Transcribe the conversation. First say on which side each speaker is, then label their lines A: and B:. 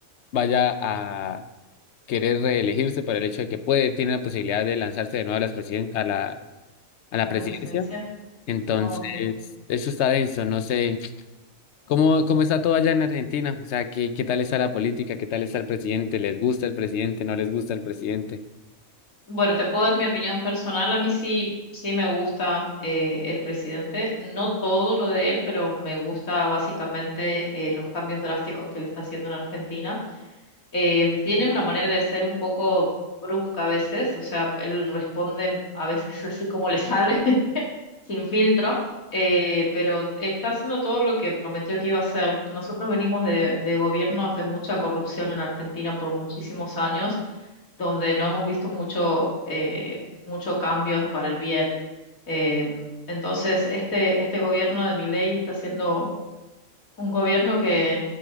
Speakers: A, on the left; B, on the left.
A: vaya a querer reelegirse por el hecho de que puede, tiene la posibilidad de lanzarse de nuevo a las presiden- a la, a la
B: a
A: presidencia.
B: la presencia.
A: Entonces,
B: Ok.
A: eso está denso, no sé cómo, cómo está todo allá en Argentina, o sea, qué, qué tal está la política, qué tal está el presidente, ¿les gusta el presidente, no les gusta el presidente?
B: Bueno, te puedo dar mi opinión personal. A mí sí, sí me gusta eh, el presidente. No todo lo de él, pero me gusta básicamente eh, los cambios drásticos que él está haciendo en Argentina. Eh, tiene una manera de ser un poco brusca a veces, o sea, él responde a veces <laughs> así como le sale. sin filtro, eh, pero está haciendo todo lo que prometió que iba a hacer. Nosotros venimos de, de gobiernos de mucha corrupción en Argentina por muchísimos años, donde no hemos visto mucho, eh, mucho cambio para el bien. Eh, entonces, este, este gobierno de Milei está siendo un gobierno que,